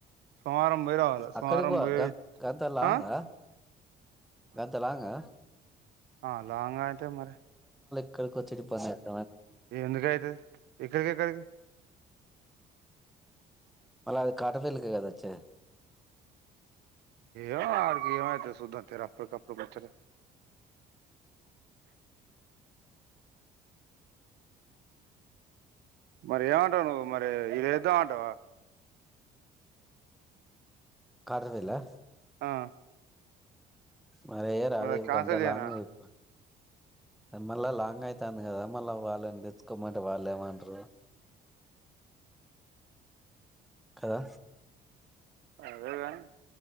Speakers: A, on the right (about 75°); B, in the centre.
A: సోమవారం పోయి రావాలి సోమవారం
B: అక్కడికి పో
A: పోయి
B: గం
A: వచ్చి-
B: గంతలాంగా
A: ఆ
B: గంతలాంగా,
A: ఆల్ లాంగ్ ఆ అంటే మరి
B: ఇక్కడకి వచ్చి ఈడ పని జేల్
A: ఎందుకు అయితది ఇక్కడికి ఎక్కడికి
B: అళ్ళ అది కాట పెలెక కదచ్చే
A: ఏమో ఆడికి ఏమైతొ సూద్దాం తీర అప్పుడికప్పుడు ముచ్చట మరి ఏమంటావు నువ్వు మర్ లే ఏద్దాం అంటవా
B: కాట్రవెల్లా
A: ఆ
B: మరి ఎయ్య రాదె
A: అది
B: ఇంక
A: క్యాన్సల్
B: అంత
A: చేయనా
B: లాంగ్ ఇప్ప మళ్ళా లాంగ్ అయితాంది కదా మళ్ళీ వాళ్ళని తెచ్చుకోమంటే వాళ్ళు ఏమంటరు కదా
A: అదే గాని